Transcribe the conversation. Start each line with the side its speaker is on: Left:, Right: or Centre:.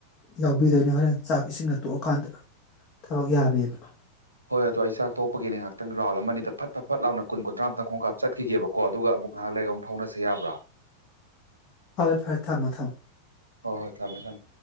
Left: ꯌꯥꯎꯕꯤꯗꯣꯏꯅꯦ ꯍꯣꯔꯦꯟ ꯆꯥꯛ ꯏꯁꯤꯡꯅ ꯇꯣꯛꯑꯀꯥꯟꯗ ꯊꯕꯛ ꯌꯥꯝꯃꯦꯕ
Right: ꯍꯣꯏ ꯑꯗꯣ ꯑꯩ ꯆꯥꯛꯣꯛꯄꯒꯤ ꯉꯥꯏꯍꯥꯛꯇꯪ ꯔꯥꯎꯜ ꯑꯃ ꯅꯤꯗ ꯐꯠ ꯐꯠ ꯂꯥꯎꯅ ꯀꯨꯟ ꯀꯨꯟꯊ꯭ꯔꯥꯃꯨꯛꯇꯪ ꯈꯣꯡ ꯀꯥꯞ ꯆꯠꯈꯤꯒꯦꯕ ꯀꯣ ꯑꯗꯨꯒ ꯑꯃꯨꯛ ꯉꯥꯏꯍꯥꯛ ꯂꯩꯒ ꯑꯃ ꯐꯥꯎꯅꯁꯤ ꯌꯥꯕ꯭ꯔꯥ
Left: ꯐꯔꯦ ꯐꯔꯦ ꯊꯝꯃꯣ ꯊꯝꯃꯣ
Right: ꯍꯣꯏ ꯍꯣꯏ ꯊꯝꯃꯦ ꯊꯝꯃꯦ